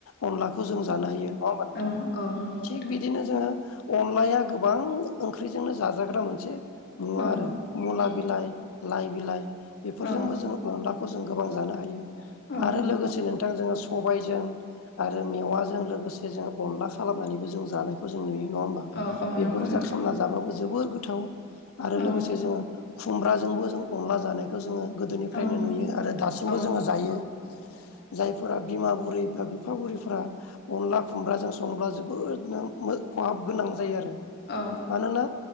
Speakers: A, on the left; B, on the left.
A: अनलाखौ जों जानो हयो नङा होमबा नोंथां
B: औ औ नंगौ
A: थिग
B: नोंथां
A: बिदिनो जोंङो अनलाया गोबां ओंख्रिजोंनो जाजाग्रा मोनसे नुवा
B: औ
A: आरो मुला
B: औ
A: बिलाइ लाइ बिलाइ बेफोरजोंबो
B: औ
A: जोङो अनला जों गोबां जानो हायो
B: औ
A: आरो लोगोसे बिथां जोङो सबायजों आरो मेवाजों लोगोसे जों अनला खालामनानैबो जों जानायखौ जों नुयो। नङा होमबा
B: औ औ
A: बेफोर
B: नंगौ
A: रोजा
B: नोंथां
A: खामना जाबाबो जोबोर गोथाव आरो
B: औ
A: लोगोसे जोङो खुमब्राजोंबो जों अनला जानायखौ जोङो गोदोनिफ्रायनो
B: औ
A: नुयो आरो दासिमबो
B: औ
A: जोङो जायो। जायफोरा बिमा बुरै बा बिफा बुरैफोरा अनला खुमब्राजों संब्ला जोबोदनो खहाब गोनां जायो आरो
B: औ
A: मानोना